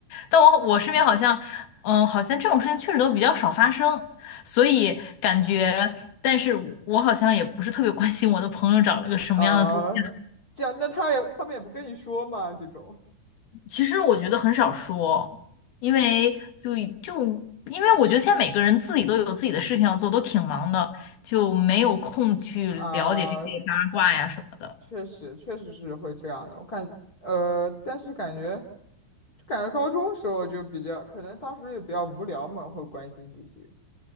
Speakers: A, on the left; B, on the left.
A: 但我我身边好像，嗯，好像这种事情确实都比较少发生，所以感觉，但是我好像也不是特别关心我的朋友找了个什么样的对象。
B: 啊。这样，那他也他们也不跟你说嘛，这种
A: 其实我觉得很少说，因为就就因为我觉得现在每个人自己都有自己的事情要做，都挺忙的，就没有空去了解这些八卦呀什么的。
B: 啊，确实确实是会这样的。我感呃，但是感觉就感觉高中时候就比较，可能当时也比较无聊嘛，会关心这些。